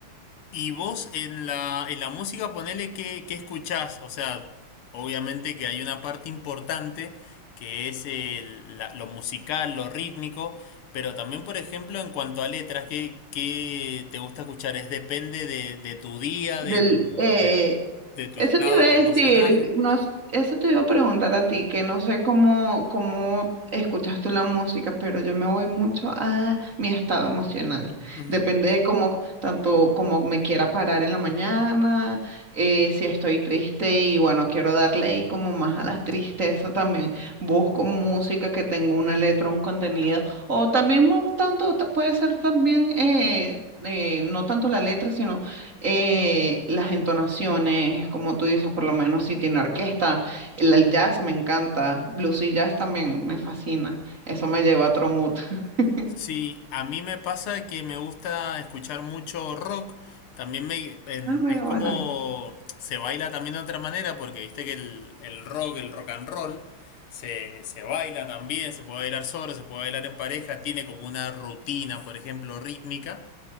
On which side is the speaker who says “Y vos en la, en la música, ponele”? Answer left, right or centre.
Left